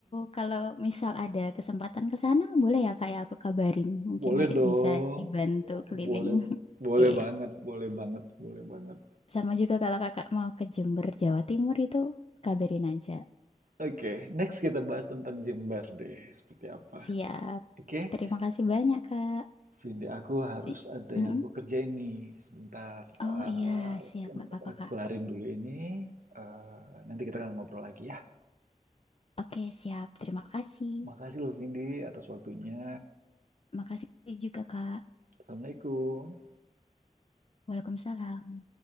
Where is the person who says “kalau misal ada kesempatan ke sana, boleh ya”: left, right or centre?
Left